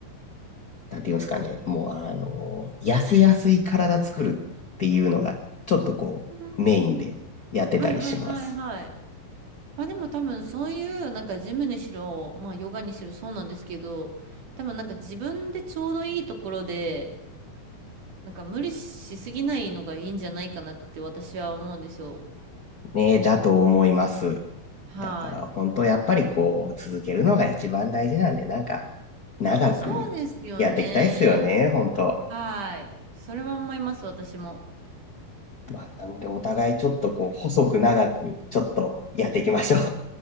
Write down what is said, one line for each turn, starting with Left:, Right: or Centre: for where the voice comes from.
Left: なんて言いますかね、もう、あの、痩せやすい体作るっていうのが、ちょっとこう、
Right: うんうん
Left: メインでやってたりします。
Right: はいはいはいはい。まあでも多分そういうなんかジムにしろ、まあヨガにしろそうなんですけど、多分なんか自分でちょうどいいところで、なんか無理しすぎないのがいいんじゃないかなって私は思うんですよ。
Left: ね、だと思います。
Right: はい。
Left: だから本当やっぱりこう続けるのが一番大事なんで、なんか長くやっていきたいっすよね、
Right: そうですよね。
Left: 本当。
Right: はい。それは思います、私も。
Left: まあ、なのでお互いちょっとこう細く長くちょっとやっていきましょう。